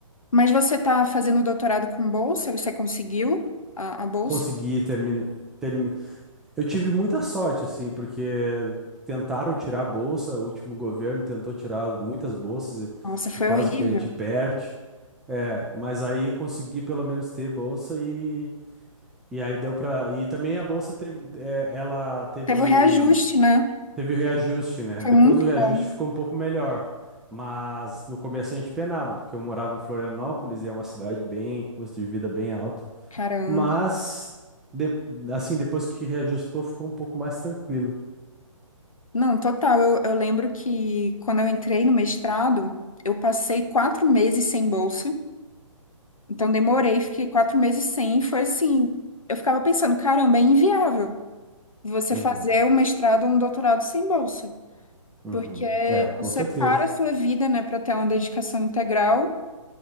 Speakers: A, on the left; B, in the centre.
A: Mas você tá fazendo doutorado com bolsa? Você conseguiu a, a bolsa?
B: Consegui terminar. Termi... Eu tive muita sorte, assim, porque tentaram tirar a bolsa, o último governo tentou tirar muitas bolsas e,
A: Nossa, foi
B: e quase
A: horrível.
B: que a gente perde. É, mas aí consegui pelo menos ter bolsa e, e aí deu para. E também a bolsa teve, é, ela teve,
A: Teve o reajuste, né?
B: teve o reajuste, né?
A: Foi
B: Depois
A: muito
B: do reajuste
A: bom,
B: ficou um pouco melhor. Mas no começo a gente penava, porque eu morava em Florianópolis e é uma cidade bem, custo de vida bem alto.
A: caramba.
B: Mas, de- assim, depois que reajustou, ficou um pouco mais tranquilo.
A: Não, total. Eu, eu lembro que quando eu entrei no mestrado, eu passei quatro meses sem bolsa. Então demorei, fiquei quatro meses sem. e Foi assim, eu ficava pensando, caramba, é inviável você
B: Uhum,
A: fazer um mestrado ou um doutorado sem bolsa.
B: uhum.
A: Porque
B: É, com
A: você
B: certeza.
A: para a sua vida, né, para ter uma dedicação integral